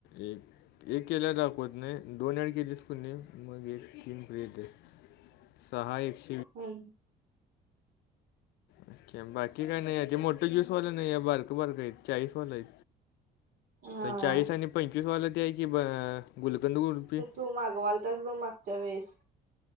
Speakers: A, on the left (about 80°); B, on the right (about 70°).
A: एक. एक केल्याला दाखवत नाही, दोन ऍड केलीस कनी मग एक तीन प्लेट हाय. सहा हाईत.
B: हम्
A: अच्छ बाकी काय नाही या मोठे ज्युजयूसवालं नाही बारक बारक आहेत चाळीसवालंय
B: हा
A: चाळीस आणि पंचवीस वाला ते आहे की गुलकंद गुडपी
B: तोमागवाल तस ग मागच्या वेळेस